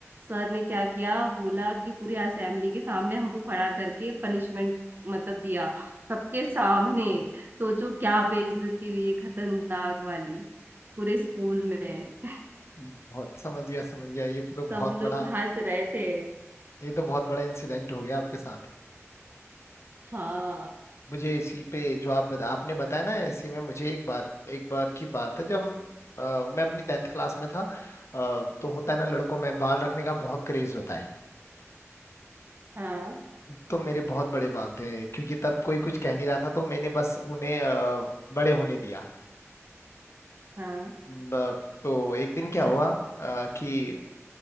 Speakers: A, on the right; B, on the left.
A: सर ने क्या किया बोला कि पूरी असेंबली के सामने हमको खड़ा करके पनिशमेंट मतलब दिया सबके सामने सोचो क्या बेइज्जती हुई है खतरनाक वाली पूरे स्कूल में <laughs>
B: बहुत समझ गया समझ गया ये तो बहुत
A: सब लोग
B: बड़ा
A: हंस रहे थे
B: ये तो बहुत बड़ा इंसिडेंट हो गया आपके साथ
A: हाँ
B: मुझे इसी पे जो आप बता, आपने बताया ना इसी में मुझे एक बात एक बार की बात है जब हम अ, मैं अपनी टेंथ क्लास में था अ, तो होता है ना लड़कों में बाल रखने का बहुत क्रेज होता है
A: हाँ
B: तो मेरे बहुत बड़े बाल थे क्योंकि तब कोई कुछ कह नहीं रहा था तो मैंने बस उन्हें अ, बड़े होने दिया
A: हाँ
B: ब- तो एक दिन
A: अच्छा
B: क्या हुआ अ, कि